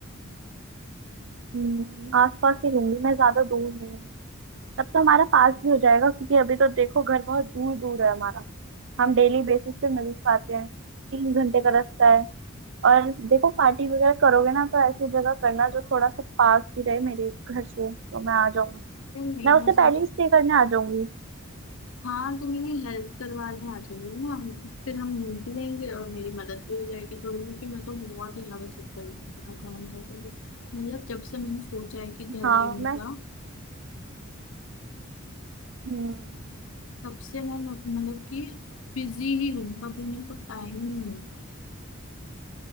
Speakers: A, on the right; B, on the left.
A: हम्म आसपास ही लूंगी मैं ज्यादा दूर नहीं तब तो हमारा पास भी हो जाएगा क्योंकि अभी तो देखो घर बहुत दूर दूर है हमारा हम डेली बेसिस पे मिल नहीं पाते हैं तीन घंटे का रास्ता है और देखो पार्टी वगैरह करोगे ना तो ऐसी जगह करना जो थोड़ा सा पास भी रहे मेरे घर से तो मैं आ जाऊंगी
B: नहीं नहीं,
A: मैं उससे
B: मैं सोच
A: पहले ही स्टे करने आ जाऊंगी
B: हाँ तो मेरी हेल्प करवाने आ जाएगी ना फिर हम मिल भी लेंगे और मेरी मदद भी हो जाएगी थोड़ी क्योंकि मैं तो बहुत ही ज्यादा थक गई हूँ इतना काम था फिर मतलब जब से मैंने सोचा है कि घर
A: हाँ
B: लेने
A: मैं
B: का
A: हम्म
B: तब से मैं बहुत- मतलब कि बिजी ही हूँ कभी मेरे को टाइम ही नहीं मिला